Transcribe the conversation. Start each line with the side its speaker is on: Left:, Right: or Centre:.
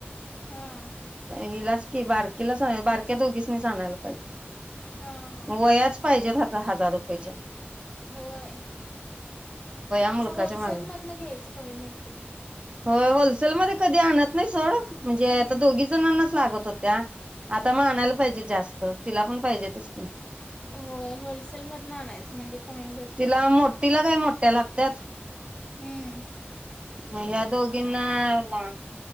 Left: हां
Right: अ हिलाच कि बारकीला साए बारक्या दोघीसनीच आणाय
Left: हां हां
Right: वयाच पाहिजेत हाता हजार रुपेच्या.
Left: होय
Right: मुलकाच्या
Left: असं होलसेलमधन
Right: मागे
Left: घ्यायचं कमी मिळत्यात.
Right: हो-होलसेलमध्ये कधी आणत नाही सोड. म्हणजे
Left: हम्म.
Right: आता दोघी जणांनाच लागत होत. त्या आता
Left: हां
Right: म आणायला पाहिजे जास्त. तिला पण पाहिजेतच की?
Left: होय होलसेल मधनं आणायचं‌ म्हणजे कमी भेटतात
Right: तिला मोटी काय? मोट त्या लागत्यात
Left: हुंम
Right: मग ह्या दोघींना ना